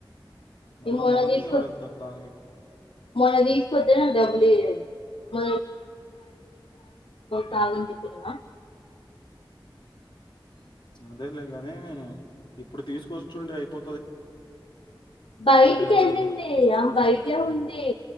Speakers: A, on the left; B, on the left.
A: మళ్ళా
B: నేను మొన్న
A: మార్నింగ్
B: తీసుకొ
A: ఎవరు వెళ్తారు దానికి
B: మొన్న తీసుకొతేే డబ్బులు <inaudible> చేసుకో తాగు అని చెప్పినా
A: సరేలే గాని ఇప్పుడు తీసుకొచ్చుంటే అయిపో
B: బయటికెళ్ళింది
A: గా ఎవరు వెళ్తారు
B: ఆమె బయటే ఉంది